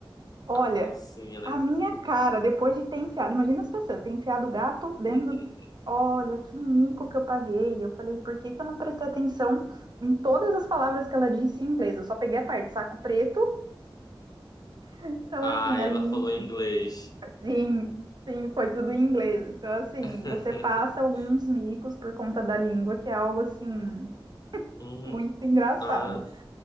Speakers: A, on the right; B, on the left.
A: Olha,
B: Ah, sim, ela.
A: a minha cara, depois de ter enfiado, imagina a situação, eu ter enfiado o gato dentro
B: <laughs>
A: do. Olha, que mico que eu paguei. Eu falei, por que que eu não prestei atenção em todas as palavras que ela disse em inglês? Eu só peguei a parte saco preto. Então,
B: Ah,
A: assim,
B: ela
A: a língua.
B: falou inglês.
A: Sim, sim, foi tudo em inglês. Então, assim,
B: <laughs>
A: você passa alguns micos por conta da língua, que é algo assim
B: Uhum.
A: Muito engraçado.
B: Ah.